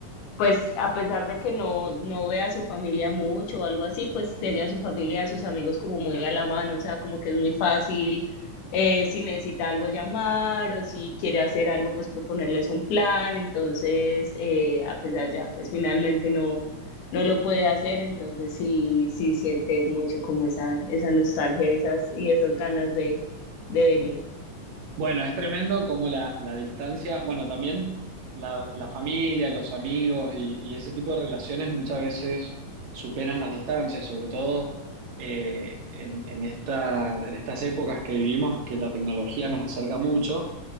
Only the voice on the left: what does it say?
pues a pesar de que no, no ve a su familia mucho o algo así, pues tiene a su familia, a sus amigos como muy a la mano, o sea, como que es muy fácil, eh, si necesita algo llamar o si quiere hacer algo, pues proponerles un plan, entonces, eh, a pesar ya, pues finalmente no, no lo puede hacer, entonces sí, sí siente mucho como esa, esa nostalgia, esas, y esas ganas de, de venir.